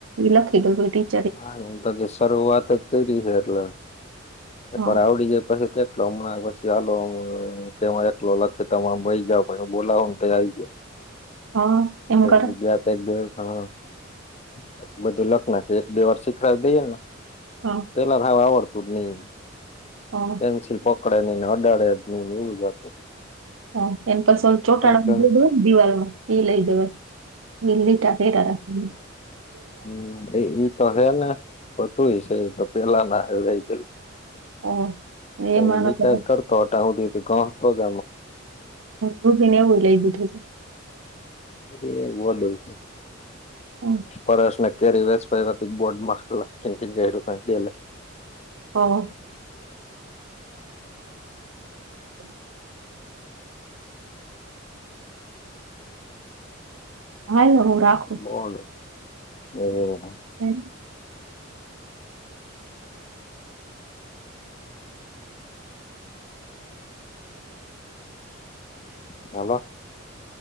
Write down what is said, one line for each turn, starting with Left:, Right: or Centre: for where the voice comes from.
Right: એ લખી ગ
Left: હા હું તો શરૂઆત જ કરી છે એટલે એક
Right: હા
Left: વાર આવડી જાય પછી એકલો હમણાં પછી આાલ કે એકલો લખી તમા આમ બહી જાાવ પણ બોલાવને આવી ગયો
Right: હા એમ કરે
Left: ગુજરાત એક દ પછી બધું લખ નાખ બે વાર શીખડાવી દઈએ ને
Right: હા
Left: પેલા હાવ આવડતું જ નહી
Right: હ
Left: પેન્સિલ પકડે નેને અડાડે એવું જતું
Right: હા એની પાછ ઓ ચોટાળ
Left: તેમ
Right: જો દે ને દિવાળમાં ઈ લઈ દેવે એ લીટા કેટા હમ
Left: હમ એ તો હે ને બધું હ છે એ તો પેલા ના હ લઈ ગેલું
Right: હા
Left: તો
Right: એમાં
Left: હું લીતા
Right: નકર
Left: કરતો હટા હુંધ ગણતો જ
Right: રૂખ ને એવું લઈ દીધું છે
Left: એ વડું
Right: હમ.
Left: છે પશના કે વ બોટમાં ખનકીન ક કલે
Right: હ હ હારા
Left: બોળ ઓ
Right: હમ
Left: હાલો